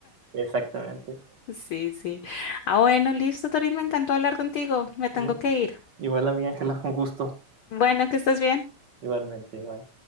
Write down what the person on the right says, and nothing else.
Exactamente.
Igu-
Igual a mi Ángela, un gusto.
Igualmente, bye.